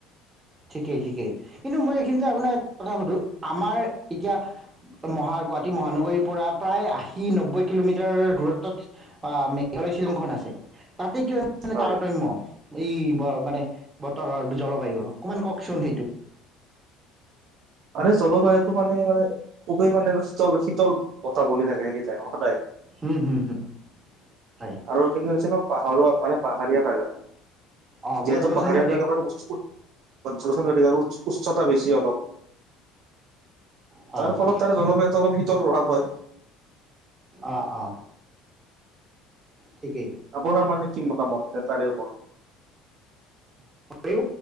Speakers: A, on the right (about 20°); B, on the right (about 60°).
A: ঠিকেই, ঠিকেই। কিন্তু মই এইখিনিতে আপোনাক এটা কথা সুধো, আমাৰ এতিয়া মহা- গুৱাহাটী মহানগৰীৰ প্ৰায় আশী নব্বৈ কিলোমিটাৰ দূৰত্বত আঁ মেঘালয় শ্বিলংখন আছে। তাতে কিয় মানে
B: হয়
A: তাৰতম্য এই মানে বতৰৰ জলবায়ুৰ অকমান কওকচোন সেইটো?
B: তাৰে জলবায়ুতটো মানে মানে খুবেই মানে শীতল, শীতল বতাহ বলি থাকে এনিটাইম সদাই।
A: হুম - হুম - হুম। হয়।
B: আৰু সেইখিনি হৈছে পাহাৰোৱা মানে পাহাৰীয়া জাগা।
A: অ'
B: যিহেতু
A: গছ গছনিও
B: পাহাৰীয়া
A: অধিক
B: জেগাবোৰ। <inaudible> উ উচ্চতা বেছি অলপ।
A: হয়
B: তাৰ
A: হয়।
B: ফলত তাৰে জলবায়ুত অলপ শীতল প্ৰভাৱ হয়।
A: অ অ। ঠিকেই।
B: আপোনাৰ মানে কি মতামত তে তাৰে ওপৰত।
A: সেই